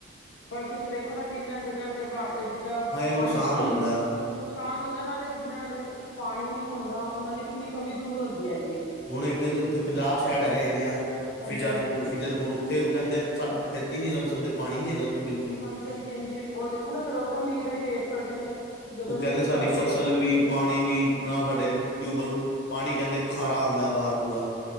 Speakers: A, on the left; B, on the left.
A: ਪਰ ਤੁਸੀਂ ਦੇਖੋ ਨਾ ਕਿੰਨਾਂ ਜਗ੍ਹਾ ਤੇ ਬਾੜ ਅ ਜਿੱਦਾਂ
B: ਹਾਂ ਇਹ
A: ਪਾਣੀ
B: ਨੁਕਸਾਨ
A: ਦੀ ਕਮੀ
B: ਹੋ ਜਾਂਦਾ
A: ਨੁਕਸਾਨ ਹੁੰਦਾ, ਨਾਲੇ ਜਿੱਦਾਂ ਦੇ ਇਕ ਪਾਣੀ ਨੀ ਹੁੰਦਾ, ਉਹਨਾਂ ਦੀ ਕਿੰਨੀ ਕਮੀ ਦੂਰ ਹੁੰਦੀ ਹੈਗੀ ਏ!
B: ਹੁਣ ਇਕ ਜੀ ਉੱਥੇ ਪੰਜਾਬ ਸਾਈਡ ਹੈਗਾ ਏਰੀਆ-
A: ਹਾਂਜੀ
B: ਫਿਜਲਪੁਰ!
A: ਹਾਂਜੀ
B: ਫਿਜਲਪੁਰ ਉੱਥੇ ਉਹ ਕਹਿੰਦੇ ਸਾਡ ਖੇਤੀ ਨੀ ਕਰ ਸਕਦੇ, ਪਾਣੀ ਨੀ ਹੈਗਾ। ਬਿਲਕੁਲ ਹੀ
A: ਹਾਂਜੀ, ਹਾਂਜੀ, ਹਾਂਜੀ, ਓ ਦੇਖੋ ਨਾ ਫੇਰ ਉ ਤਾਂ ਮੀਂਹ ਦਾ ਹੀ ਵੇਟ ਕਰਦੇ ਨੇ ਜਦੋਂ
B: ਓ ਕਹਿੰਦੇ
A: ਮੀਂਹ
B: ਸਾਡੀ
A: ਪਵੇ
B: ਫ਼ਸਲ ਵੀ ਪਾਣੀ ਵੀ ਨਾ ਸਾਡੇ ਟਿਊਬਵੈਲ, ਪਾਣੀ ਕਹਿੰਦੇ ਖਾਰਾ ਆਉਂਦਾ ਬਾਹਰ ਪੂਰਾ।